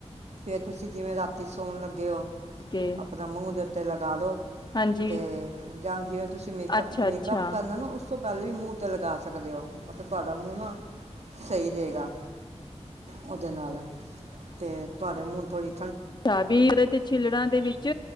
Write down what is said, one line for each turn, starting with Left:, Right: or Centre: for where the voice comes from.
Right: ਫੇਰ ਤੁਸੀਂ ਜਿਵੇਂ ਰਾਤੀ ਸੌਣ ਲੱਗੇ ਹੋ
Left: ਓਕੇ
Right: ਆਪਣਾ ਮੂੰਹ ਦੇ ਅਤੇ ਲਗਾ ਲਓ
Left: ਹਾਂਜੀ
Right: ਤੇ ਜਾਂ ਜਿਵੇਂ ਤੁਸੀਂ ਮੇਕ
Left: ਅੱਛਾ
Right: ਮੇਕਅੱਪ
Left: ਅੱਛਾ
Right: ਕਰਨਾ ਨਾ ਉਸ ਉਸ ਤੋਂ ਪਹਿਲਾਂ ਵੀ ਮੂੰਹ ਤੇ ਲਗਾ ਸਕਦੇ ਹੋ ਮਤਲਬ ਤੁਹਾਡਾ ਮੂੰਹ ਨਾ ਸਹੀ ਰਹੇਗਾ ਉਹਦੇ ਨਾਲ ਤੇ ਤੁਹਾਡੇ ਮ <unintelligible> ਪੜ੍ਹ
Left: ਅੱਛਾ ਵੀ ਇਹਦੇ ਤੇ ਛਿੱਲੜਾਂ ਦੇ ਵਿੱਚ